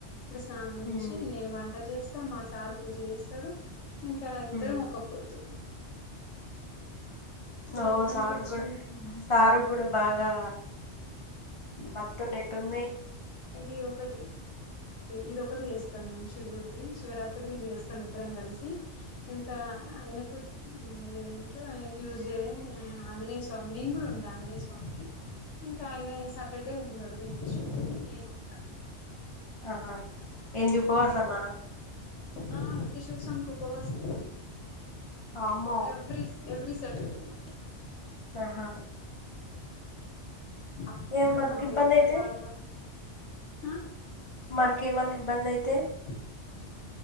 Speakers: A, on the left; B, on the left.
A: ఇంకా స్నానం చేసి
B: ఉమ్,
A: నేను వంట చేస్తా మా సార్ పూజ చేస్తాడు ఇంకా ఇద్దరం
B: ఉమ్.
A: ఒక్కపొద్దు. ఇంక
B: ఓ
A: ఇద్దరం
B: సార్
A: కూర్చొని
B: గూడ
A: తింటా
B: సార్ గూడ బాగా భక్తి దీంట్లో నెట్ ఉంది.
A: ఇది ఒకటి ఇది ఒకటి చేస్తాం మేము శివుడిది. శివరాత్రికి చేస్తాం. ఇద్దరం కలిసి ఇంకా ఆయనకు ఏమంటారు ఆయన ట్యూస్డే ఆంజనేయ స్వామి నేను కూడా ఉంటా ఆంజనేయ స్వామికి, ఇంకా ఆయన సాటర్డే ఉండడు వెంకటేశ్వర నేనుంటా
B: ఆహా ఏంది
A: అట్లనా
B: ఉపవాసమా
A: ఆ వెంకటేశ్వర స్వామికి ఉపవాసం.
B: అమ్మో
A: ఎవరీ ఎవరీ సాటర్డే ఉంటా.
B: ఆహా
A: అప్పుడు
B: ఏం మనకి
A: మా
B: ఇబ్బంది
A: పెద్ద
B: అయితే
A: పాప ఆ
B: మనకి ఏమన్నా ఇబ్బంది అయితే
A: <unintelligible>